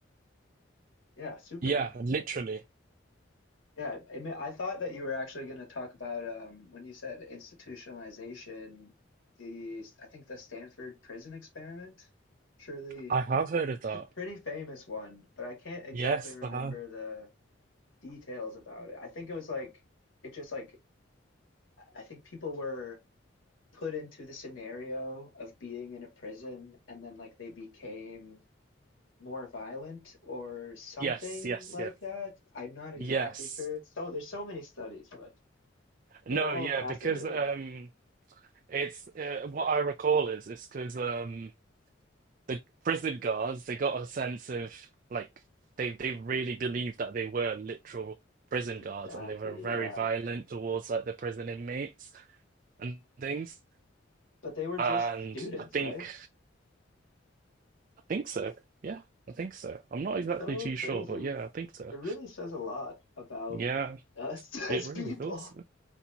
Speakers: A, on the left (about 75°); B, on the right (about 45°).
A: Yeah, super
B: yeah.
A: interesting.
B: Literally,
A: Yeah, I mean, I thought that you were actually going to talk about um, when you said institutionalization, the I think the Stanford prison experiment. Surely
B: I have heard of that.
A: it's a pretty famous one, but I can't exactly
B: Yes,
A: remember
B: I have.
A: the details about it. I think it was like it just like I think people were put into the scenario of being in a prison and then like they became more violent or something
B: Yes, yes,
A: like
B: yes,
A: that. I'm not exactly
B: yes.
A: sure. It's so there's so many studies, but
B: No,
A: They're all
B: yeah,
A: fascinating.
B: because um, it's uh, what I recall is is because um, the prison guards they got a sense of like they they really believed that they were literal prison
A: Exactly.
B: guards and they were very
A: Yeah.
B: violent towards like the prison inmates and things.
A: But they were
B: And
A: just students,
B: I think
A: right?
B: I think so. Yeah, I think so. I'm not exactly
A: So
B: too
A: crazy.
B: sure, but yeah, I think so.
A: It really says a lot about
B: Yeah,
A: us <laughs> as
B: it really
A: people.
B: does.